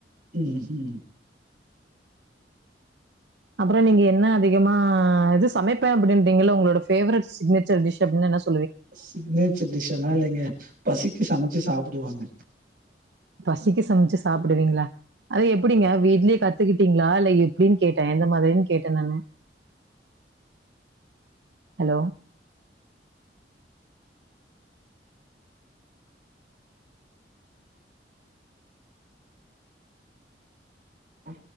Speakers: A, on the right; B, on the right.
A: ம் ம்
B: அப்புறம் நீங்க என்ன அதிகமா இது சமைப்பேன் அப்படிம்பிங்கல உங்களோட பேவரட் சிக்னேச்சர் டிஷ் அப்படின்னுன சொ
A: சிக்னேச்சர் டிஷ்யெல்ல இலைங்க பசிக்கு சமைச்சு சாப்புடுவோங்க
B: பசிக்கு சமைச்சு சாப்பிடுவீங்களா அது எப்படிங்க வீட்லயே கத்துக்கிட்டீங்களா இல்ல எப்படின்னு கேட்டேன் எந்த மாதிரின்னு கேட்டேன் நானு
A: அ
B: ஹலோ
A: ஹ